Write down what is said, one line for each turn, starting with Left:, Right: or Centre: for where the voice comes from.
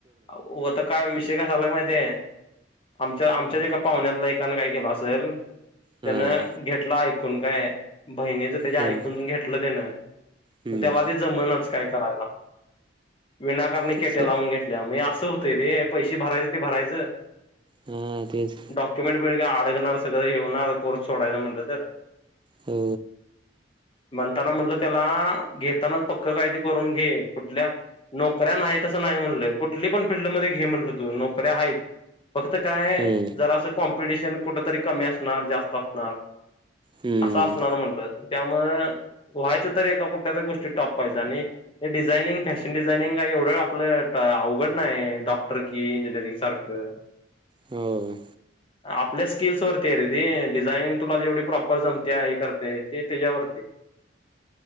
Left: आता काय विषय काय माहि आहे. आमच्या आमच्या ज एका पाहुण्यातला एकानें काय केलं असेल त्यांना
Right: हां
Left: घेत. म्हटला ऐकून काय. बहिणीचं त्याच्या
Right: हं,
Left: ऐकून घेतलं त्यान
Right: हं.
Left: पण त्याला ते जमनच काय करायं. <unintelligible> विनाकारणी केटे
Right: तेच तर
Left: लावून घे. असं होतंय र पैसे भरायचं ते भरायचं.
Right: हां तेच
Left: डॉक्युमेंट बर का अडगणार सगळं येणार कोर ोडायला म्हटलं तर.
Right: हो
Left: म्हणताना म्हटलं त्याला घेतानाच पक्क कायदे करून घे कुठल्या नोकऱ्या आहेत तसं नाही म्हणलं. कुठली पण फिल्डमध्येध्ये घे म्हंटलं तू नोकऱ्या आहेत. फक्त काय
Right: हं,
Left: जरा असं कॉम टशन कुठरी कमी असणार जास्त असणार.
Right: हं.
Left: ह सास् नॉर्मल त्यामु व्हायचं तर एका कुठत्याच गोष्टी टॉप व्हायचं. आणि ते डिझायनिंग फॅशन डिझायनिंग का एवढं आपलं अवघड नाही डॉक्टर कि इंजिनिअरिंग सारखं
Right: हो.
Left: आपल्या स्किल्सवररती आहे रेदीी डिझाइनिंग तुला जेवढी प्रॉपर जमते आहे करते ते त्याच्यावरती